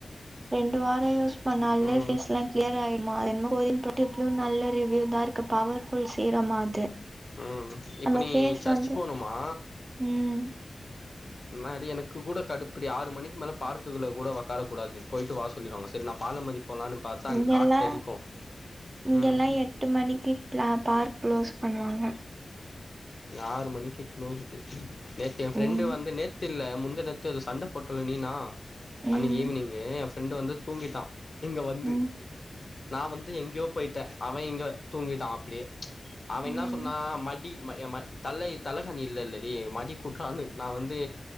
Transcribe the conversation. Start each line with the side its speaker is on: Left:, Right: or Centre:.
Right: ரெண்டு வாரம் யூஸ் பண்ணாலே
Left: ம்
Right: ஃபேஸ்லா க்ளியர் ஆயுடும்மா அதென்னமோ <unintelligible> ட்யூப்ம் நல்ல ரிவ்யூ தாருக்கு பவர்ஃபுல் சீரமா அது
Left: ம் இப்ப
Right: நம்ம
Left: நீ
Right: ஃபேஸ்
Left: சர்ச்
Right: வந்து
Left: போணுமா
Right: ம்
Left: முன்னாடி எனக்கு கூட கடுப்புடி ஆறு மணிக்கு மேல பார்க்குகுள்ள கூட ஒக்கார கூடாது போயிட்டு வா சொல்லிடுவாங்க சரி நான் பாலோமாதி போலாம்னு பாத்தா அங்க
Right: இங்கெல்லா
Left: காத்து அடிக்கு
Right: இங்கெல்லா
Left: ம்
Right: எட்டு மணிக்கு ப்ளா பார்க் க்ளோஸ் பண்ணுவாங்க
Left: ஆறு மணிக்கு க்ளோஸ்டு நேத்து என் ஃப்ரெண்டு
Right: ம்
Left: வந்து நேத் து இல்ல முந்தாநேத்து எதோ சண்ட போட்டல்ல நீ நா அன்னைக்கு
Right: ம்
Left: ஈவினிங்கு என் ஃப்ரெண்டு் வந்து தூங்கிட்டா இங்க வந்து
Right: ம்
Left: நா வந்து எங்கயோ போயிட்டே அவன் இங்க தூங்கிட்டா அப்டியே அவ என்ன
Right: ம்
Left: மடி ம ம தலை தலைக்கானி இல்ல இல்லலடி மடி குடுறான்னு நா வந்து